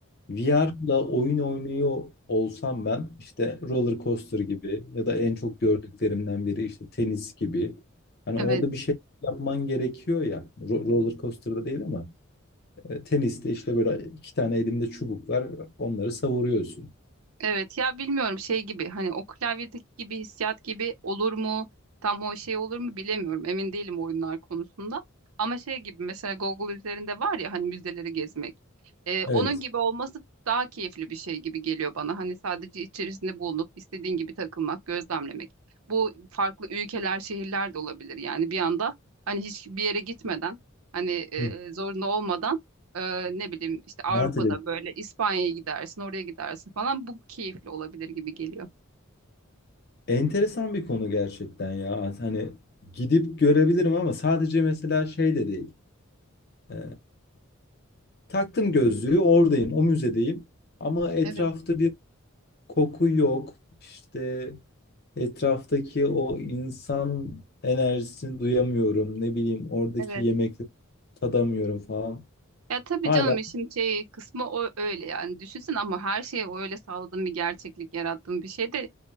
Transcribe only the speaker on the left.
VR'la oyun oynuyor olsam ben işte roller coaster gibi ya da en çok gördüklerimden biri işte tenis gibi. Hani
orada bir şey yapman gerekiyor ya. Ro- Roller coaster'da değil ama e, teniste işte böyle iki tane elinde çubuk var. Onları savuruyorsun.
Evet.
Hı.
Seyahat
Enteresan bir konu gerçekten ya. Hani gidip görebilirim ama sadece mesela şey de değil. Ee, taktım gözlüğü, oradayım, o müzedeyim. Ama etrafta
bir koku yok. İşte etraftaki o insan enerjisini duyamıyorum. Ne bileyim oradaki
yemekleri tadamıyorum falan.
Hala